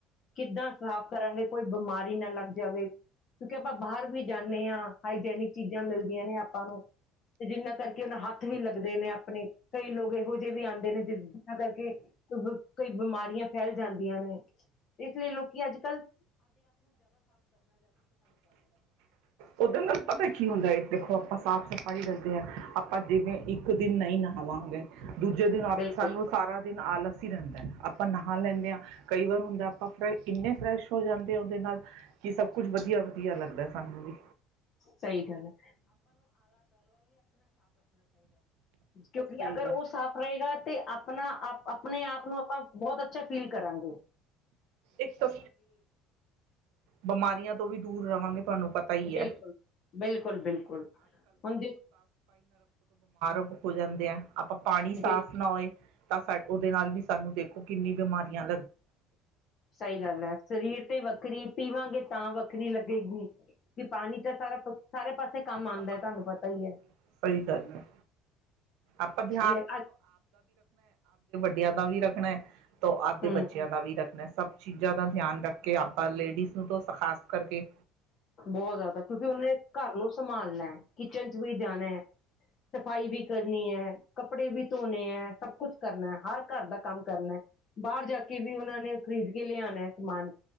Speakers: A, on the left; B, on the right.
A: ਕਿੱਦਾਂ ਸਾਫ਼ ਕਰਾਂਗੇ ਕੋਈ ਬਿਮਾਰੀ ਨਾ ਲੱਗ ਜਾਵੇ ਕਿਉਂਕਿ ਆਪਾਂ ਬਾਹਰ ਵੀ ਜਾਂਦੇ ਹਾਂ ਅਨਹਾਈਜੈਨਿਕ ਚੀਜ਼ਾਂ ਮਿਲਦੀਆਂ ਨੇ ਆਪਾਂ ਨੂੰ ਤੇ ਜਿਹਨਾਂ ਕਰਕੇ ਉਹਨਾਂ ਹੱਥ ਵੀ ਲੱਗਦੇ ਨੇ ਆਪਣੇ ਕਈ ਲੋਕ ਇਹੋ ਜਿਹੇ ਵੀ ਆਉਂਦੇ ਨੇ ਜਿਨਾਂ ਕਰਕੇ ਕਈ ਬਿਮਾਰੀਆਂ ਫੈਲ ਜਾਂਦੀਆਂ ਨੇ ਇਸ ਲਈ ਲੋਕ ਅੱਜ ਕੱਲ੍ਹ
B: ਉਹਦੇ ਨਾਲ ਪਤਾ ਕੀ ਹੁੰਦਾ ਹੈ ਦੇਖੋ ਆਪਾਂ ਸਾਫ਼ ਸਫ਼ਾਈ ਰੱਖਦੇ ਹਾਂ ਆਪਾਂ ਜਿਵੇਂ ਇੱਕ ਦਿਨ ਨਹੀਂ ਨਹਾਵਾਂਗੇ ਦੂਜੇ ਦਿਨ
A: ਬਿਲਕੁਲ
B: ਸਾਨੂੰ ਸਾਰਾ ਦਿਨ ਆਲਸ ਹੀ ਰਹਿੰਦਾ ਹੈ। ਆਪਾਂ ਨਹਾ ਲੈਂਦੇ ਹਾਂ ਕਈ ਵਾਰ ਹੁੰਦਾ ਆਪਾਂ ਫਰੈਸ਼ ਕਿੰਨੇ ਫਰੈਸ਼ ਹੋ ਜਾਂਦੇ ਆ ਉਹਦੇ ਨਾਲ ਕੀ ਸਭ ਕੁਛ ਵਧੀਆ ਵਧੀਆ ਲੱਗਦਾ ਸਾਨੂੰ ਵੀ
A: ਸਹੀ ਗੱਲ ਹੈ। ਕਿਉਂਕਿ
B: ਸਹੀ
A: ਅਗਰ
B: ਗੱਲ
A: ਉਹ ਸਾਫ਼ ਰਹੇਗਾ ਤੇ ਆਪਣਾ ਆਪ ਆਪਣੇ ਆਪ ਨੂੰ ਆਪਾਂ ਬਹੁਤ ਅੱਛਾ ਫੀਲ ਕਰਾਂਗੇ
B: ਇੱਕ ਤਾਂ ਬਿਮਾਰੀਆਂ ਤੋਂ ਵੀ ਦੂਰ ਰਵਾਂਗੇ ਤੁਹਾਨੂੰ ਪਤਾ ਹੀ
A: ਬਿਲਕੁਲ ਬਿਲਕੁਲ ਬਿਲਕੁਲ ਹੁਣ ਦੇ
B: ਪੂ ਜਾਂਦੇ ਆ ਆਪਾਂ ਪਾਣੀ
A: ਬਿਲਕੁਲ
B: ਸਾਫ਼ ਨਾ ਹੋਏ ਤਾਂ ਉਸ ਉਹਦੇ ਨਾਲ ਵੀ ਸਾਨੂੰ ਦੇਖੋ ਕਿੰਨੀਆਂ ਬਿਮਾਰੀਆਂ
A: ਸਹੀ ਗੱਲ ਹੈ। ਸਰੀਰ ਤੇ ਵੱਖਰੀ ਪੀਵਾਂਗੇ ਤਾਂ ਵੱਖਰੀ ਲੱਗੇਗੀ ਦੇਖੋ ਪਾਣੀ ਦੇ ਸਾਰੇ ਪਾਸੇ
B: ਕੰਮ
A: ਹੈ,
B: ਆਉਂਦਾ ਤੁਹਾਨੂੰ
A: ਪਤਾ
B: ਪੱਤਾ
A: ਹੀ
B: ਹਾਂ
A: ਹੈ
B: ਸਹੀ ਗੱਲ ਹ ਗੱਲ ਹੈ
A: ਇਹ ਅੱਜ
B: ਜਿਆਦਾ ਵੀ ਰੱਖਣਾ ਤੋਂ ਆਪ ਦੇ
A: ਹਮ
B: ਬੱਚਿਆਂ ਦਾ ਵੀ ਸਭ ਚੀਜ਼ਾਂ ਦਾ ਧਿਆਨ ਰੱਖ ਕੇ ਲੇਡੀਜ ਨੂੰ ਬਹੁਤ ਖਾਸ ਕਰਕੇ
A: ਬਹੁਤ ਜਿਆਦਾ ਕਿਉਂਕਿ ਉਹਨੇ ਘਰ ਨੂੰ ਸਮਾਨ ਲੈਣਾ, ਕਿਚਨ ਚ ਵੀ ਜਾਣਾ ਹੈ, ਸਫ਼ਾਈ ਵੀ ਕਰਨੀ ਹੈ, ਕੱਪੜੇ ਵੀ ਧੋਣੇ ਹੈ, ਸਭ ਕੁਛ ਕਰਨਾ ਹਰ ਘਰ ਦਾ ਕੰਮ ਕਰਨਾ ਬਾਹਰ ਜਾ ਕੇ ਵੀ ਉਹਨਾਂ ਨੇ ਖ਼ਰੀਦ ਕੇ ਲਿਆਉਣਾ ਹੈ ਸਮਾਨ